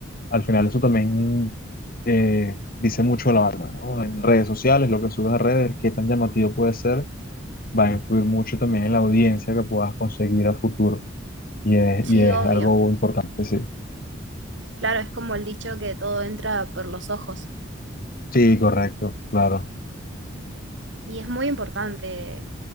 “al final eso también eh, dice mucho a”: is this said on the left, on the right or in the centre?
Left